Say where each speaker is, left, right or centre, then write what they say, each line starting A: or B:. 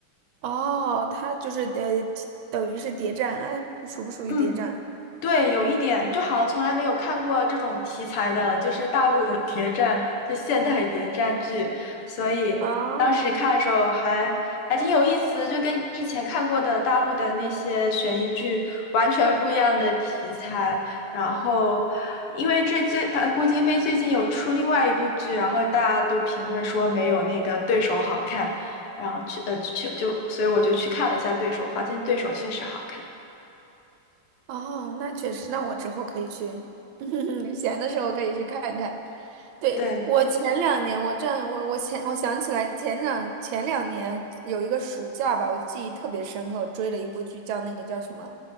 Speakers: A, on the right; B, on the left.
A: 哦，它就是呃，等于是谍战，哎，属不属于谍战？
B: 嗯。对，有一点，就好像从来没有看过这种题材的，就是大陆的谍战，就现代谍战剧，所以当时看的时候还还挺有意思，
A: 哦。
B: 就跟之前看过的大陆的那些悬疑剧完全不一样的题材。然后，因为这最他郭京飞最近有出另外一部剧，然后大家都评论说没有那个对手好看，然后去呃去就，所以我就去看了一下对手，发现对手确实好看。
A: 哦，那确实，那我之后可以去，<laughs> 闲的时候可以去看一看。对，
B: 对。
A: 我前两年，我这样，我我前我想起来前两前两年有一个暑假吧，我记忆特别深刻，我追了一部剧叫那个叫什么